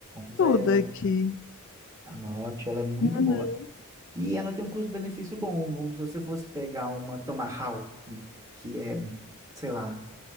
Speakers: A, on the right; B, on the left.
A: zero,
B: tudo aqui.
A: anote, ela é muito
B: Uhum.
A: boa. E ela tem um custo-benefício bom, vamos- se você fosse pegar uma Tomahawk, que é sei lá,